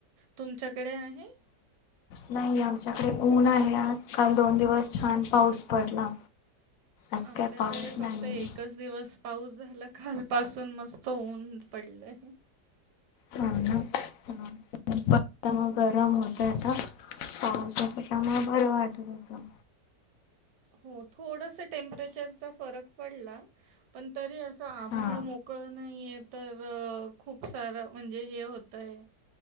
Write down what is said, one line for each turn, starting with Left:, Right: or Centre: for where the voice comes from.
Right: तुमच्याकडे आहे.
Left: नाही आमच्याकडे ऊन आहे आजकाल दोन दिवस छान पाऊस पडला. आज
Right: आमच्याकडे
Left: काय पाऊस
Right: फक्त
Left: नाहीये.
Right: एकच दिवस पाऊस झाला. घालपासून मस्त ऊन पडलय
Left: हा मग गरम होतय आता पावसा म बरं वाटत होत.
Right: हो थोडस टेम्परेचरचा फरक पडला पण तरी अस आभाळ
Left: हां.
Right: मोकळ नाहीय. तर खूप सारा म्हणजे हे होतंय.